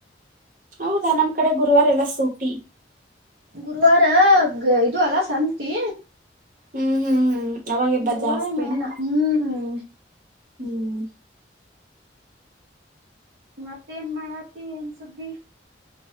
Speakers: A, on the right; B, on the right.
A: ಹೌದಾ ನಮ್ ಕಡೆ ಗುರುವಾರ ಇಲ್ಲ ಸೂಟಿ
B: ಗುರುವಾರ ಇದು ಅಲ್ಲಾ ಸಂತಿ
A: ಹ್ಮ್ ಹ್ಮ್ ಹ್ಮ್ ಅವಾಗೆಬ್ಬಾ
B: ಗುರುವಾರ
A: ಜಾಸ್ತಿ
B: ಮೇನ
A: ಏನು
B: ಹ್ಮ್
A: ಹ್ಮ್
B: ಮತ್ತೆ ಏನ್ ಮಾಡತಿ ಏನ್ ಸುದ್ದಿ